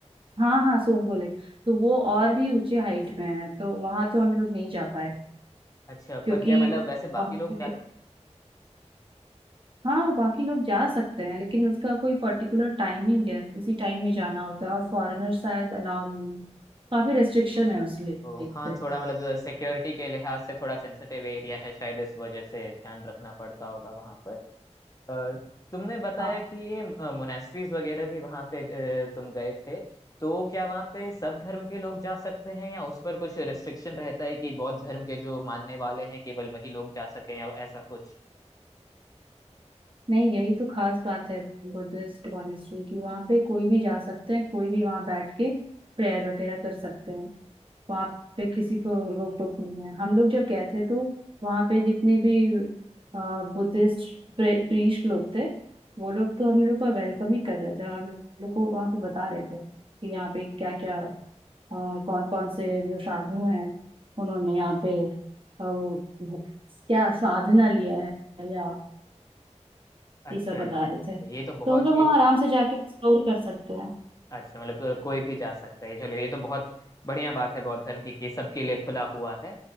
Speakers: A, on the right; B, on the left.
A: हाँ हाँ सोमगोले तो वो और भी ऊंचे हाइट में है तो वहां तो हम लोग नहीं जा पाए
B: अच्छा
A: क्योंकि
B: पर क्या मतलब वैसे बाकी
A: वहाँ
B: लोग
A: पे
B: जाते
A: हाँ बाकी लोग जा सकते हैं लेकिन उसका कोई पर्टिकुलर टाइमिंग है उसी टाइम में जाना होता है और फॉरेनर शायद अलाउ नहीं है काफी रेस्ट्रिक्शन है उस लेक
B: तो हाँ
A: पे
B: थोड़ा मतलब सिक्योरिटी के लिहाज से थोड़ा सेंसिटिव एरिया है शायद इस वजह से ध्यान रखना पड़ता होगा वहां पर अ, तुमने बताया
A: हाँ
B: कि ये मोनेस्ट्रीज वगैरह भी वहां पे अ, तुम गए थे तो क्या वहां पे सब धर्म के लोग जा सकते हैं या उस पर कुछ रिस्ट्रिक्शन रहता है कि बौद्ध धर्म के जो मानने वाले हैं केवल वही लोग जा सके या ऐसा कुछ
A: नहीं यही तो खास बात है बुद्धिस्ट मॉनेस्ट्री की वहाँ पे कोई भी जा सकते हैं कोई भी वहाँ बैठ के प्रेयर वगैरह कर सकते हैं वहाँ पे किसी को रोक टोक नहीं है हम लोग जब गए थे तो वहाँ पे जितने भी अ, बुद्धिस्ट प्रीस्ट लोग थे वो लोग तो हम लोग का वेलकम ही कर रहे थे और हम लोग को वहाँ पे बता रहे थे कि यहाँ पे क्या क्या कौन कौन से जो साधु हैं उन्होंने यहाँ पे अ, वो- क्या साधना लिया है या
B: अच्छा
A: ये सब बता
B: है तो
A: रहे थे तो
B: ये तो बहुत
A: हम लोग
B: ही
A: वहाँ आराम से जाके एक्सप्लोर कर सकते हैं
B: अच्छा मतलब अ, कोई भी जा सकता है चलो ये तो बहुत बढ़िया बात है बौद्ध धर्म की कि सबके लिए खुला हुआ है